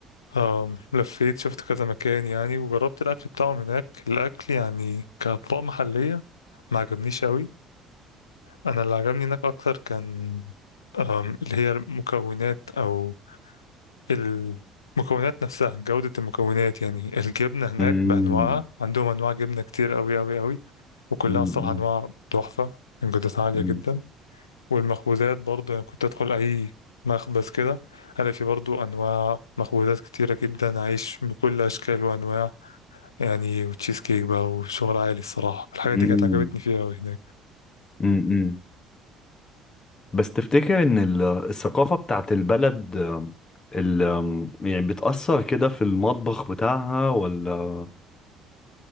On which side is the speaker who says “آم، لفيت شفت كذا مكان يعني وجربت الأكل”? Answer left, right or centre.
Left